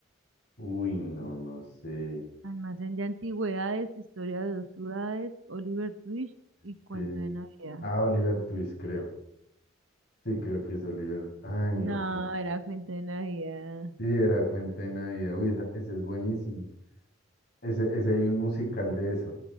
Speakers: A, on the left; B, on the right.
A: Uy, no, no sé.
B: Almacén de antigüedades, historia de dos ciudades, Oliver Twist y
A: Este,
B: cuento de Navidad.
A: ah, Oliver Twist, creo. Sí, creo que es Oliver. Ay,
B: No,
A: no, Cuenten.
B: era cuento de Navidad.
A: Sí, era Cuenta de Navidad. Uy, esa- ese, es buenísimo. Ese, ese hay un musical de eso.